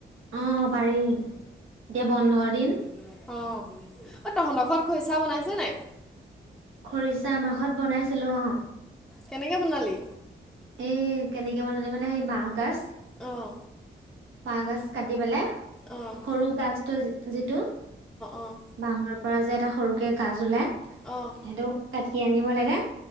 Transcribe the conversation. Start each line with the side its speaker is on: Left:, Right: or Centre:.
Right: অৱ পাৰি এতিয়া বন্ধৰ দিন।
Centre: অৱ অ তহঁতৰ ঘৰত খৰিচা বনাইছে নাই?
Right: খৰিচা আমাৰ ঘৰত বনাইছিলো অৱ।
Centre: কেনেকে বনালি?
Right: এই কেনেকে মানে মানে সেই বাঁহগাজ
Centre: অৱ।
Right: বাঁহগাছ কাটি পেলাই।
Centre: অৱ।
Right: সৰু গাছটো যিটো
Centre: অঁ
Right: বাঁহৰ পৰা যে এটা সৰুকে গছ ওলাই।
Centre: অৱ।
Right: সেইটো কাটি আনিব লাগে